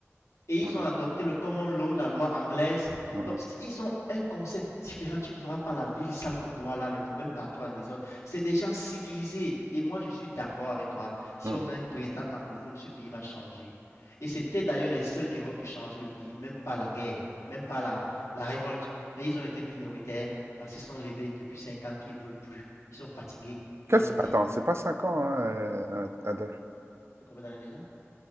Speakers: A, on the left (about 85°); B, on the right (about 60°).
A: et ils
B: mm,
A: ont adopté le common law, la loi anglaise.
B: mm, mm,
A: Donc, ils ont un concept différent. Tu ne verras pas la ville sale comme Douala, les poubelles partout en désordre. C'est des gens civilisés. Et moi, je suis d'accord avec toi. Si
B: mm, mm,
A: on a
B: mm.
A: un président anglophone, ce pays va changer. Et c'était d'ailleurs les seuls qui auraient pu changer le pays, même pas la guerre, même pas la, la révolte. Mais ils ont été minoritaires parce qu'ils sont levés depuis 5 ans qu'ils ne veulent plus. Ils sont fatigués. Ils
B: Quel-
A: ont dit,
B: Attends, c'est pas 5 ans, hein, euh, Adolphe.
A: c'est combien d'années déjà?